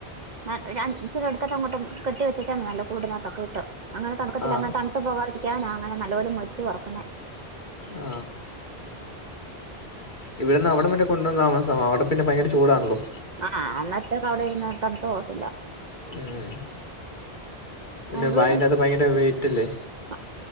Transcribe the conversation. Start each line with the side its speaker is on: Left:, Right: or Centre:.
Right: ആ ഞാൻ ഇച്ചിരിയെടുത്തിട്ട് അങ്ങോട്ടും കെട്ടി വെച്ചച്ചാ നല്ല കൂടിനകത്തൊക്കെയിട്ട് അങ്ങനെ തണുക്കത്തില്ല
Left: ആഹ്
Right: അങ്ങനെ തണുത്ത്പോകാതിരിക്കാനാ അങ്ങനെ നല്ല പോലെ മൊരിച്ച് വറക്കുന്നേ
Left: ആ ഇവിടെന്ന് അവിടം വരെ കൊണ്ടുവന്ന് താമസ അവിടെ പിന്നെ ഭയങ്കര ചൂടാണല്ലോ
Right: ആ അന്നേരത്തേക്ക് അവിടെ ഇരുന്ന് തണുത്ത് പോകത്തില്ല
Left: ഉം പിന്നെ
Right: അവരും
Left: അതിനകത്ത് ഭയങ്കര വെയിറ്റ് അല്ലേ
Right: അ